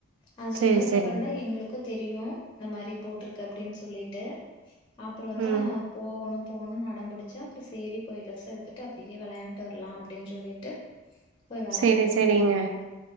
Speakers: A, on the left; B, on the right.
A: அது
B: செரி
A: சொன்னதுக்கப்புறந்தா
B: செரிங்க
A: எங்களுக்கு தெரியு இந்த மாரி போட்டிருக்கு அப்டின் சொல்லிட்டு அப்புறந்தே
B: ம்
A: போகணு போணு அடம் புடிச்சா அப்புற சேரி போய் ட்ரெஸ் எடுத்துட்டு அப்டியே விளாண்ட்டு வர்லா அப்டின் சொல்லிட்டு போய் வெளையாண்ட்டு
B: செரி செரிங்க
A: வந்தங்க